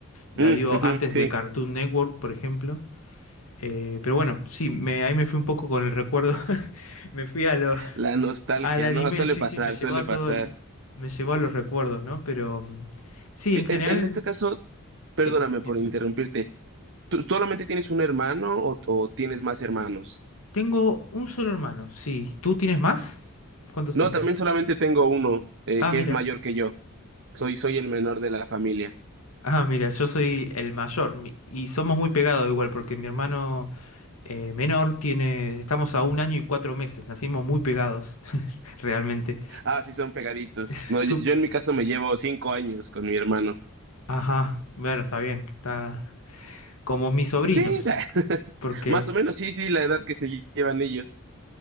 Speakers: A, on the left (about 80°); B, on the right (about 55°).
A: La
B: Mm,
A: dio
B: ujú,
A: antes
B: sí,
A: de Cartoon Network, por ejemplo. Eh, pero bueno, sí, me, ahí me fui un poco con el recuerdo. <laughs> Me fui a lo,
B: la nostalgia,
A: al anime,
B: ¿no? Suele
A: sí,
B: pasar,
A: sí, me llevó
B: suele
A: a todo,
B: pasar.
A: el- me llevó a los recuerdos, ¿no? Pero mm, sí,
B: E,
A: en general,
B: En, en este caso, perdóname
A: sí, dime.
B: por interrumpirte. ¿Tú solamente tienes un hermano o, o tienes más hermanos?
A: Tengo un solo hermano, sí. ¿Tú tienes más? ¿Cuántos
B: No,
A: tienes?
B: también solamente tengo uno, eh,
A: Ah,
B: que
A: mira.
B: es mayor que yo. Soy, soy el menor de la familia.
A: Ah, mira, yo soy el mayor mi- y somos muy pegados igual porque mi hermano eh, menor tiene, estamos a un año y cuatro meses, nacimos muy pegados, <laughs> realmente.
B: Ah, sí, son pegaditos.
A: Sup-
B: No, yo yo en mi caso me llevo cinco años con mi hermano.
A: Ajá, bueno, está bien, está como mis sobrinos,
B: Sí, <laughs>
A: porque
B: más o menos, sí, sí, la edad que se llevan ellos.